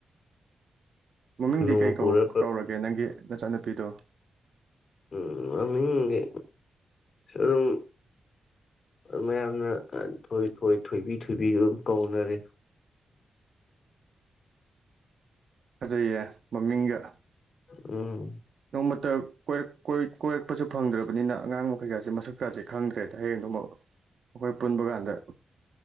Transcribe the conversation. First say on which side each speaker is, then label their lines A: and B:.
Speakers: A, on the right; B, on the left.
A: ꯃꯃꯤꯡꯗꯤ
B: ꯅꯣꯡꯃ
A: ꯀꯩꯧ
B: ꯄꯨꯔ
A: ꯀꯧꯔꯒꯦ ꯅꯪꯒꯤ ꯅꯆꯥꯅꯨꯄꯤꯔꯣ
B: ꯎꯝ ꯃꯃꯤꯡꯗꯤ ꯑꯗꯨꯝ ꯃꯌꯥꯝꯅ ꯊꯣꯏ ꯊꯣꯏ ꯊꯣꯏꯕꯤ ꯊꯣꯏꯕꯤ ꯑꯗꯨꯝ ꯀꯧꯅꯔꯦ
A: ꯐꯖꯩꯌꯦ ꯃꯃꯤꯡꯒ
B: ꯎꯝ
A: ꯃ ꯣꯏꯣꯏ ꯀꯣꯏ ꯄ ꯐꯪꯗ꯭ꯔꯕꯅꯤꯅ ꯑꯉꯥꯡꯕ ꯀꯩꯀꯥꯁꯦ ꯃꯁꯛ ꯀꯥꯁꯦ ꯈꯪꯗ꯭ꯔꯦꯗ ꯍꯌꯦꯡꯗꯨ ꯑꯃ ꯑꯩꯈꯣꯏ ꯄꯨꯟꯕ ꯀꯥꯟꯗ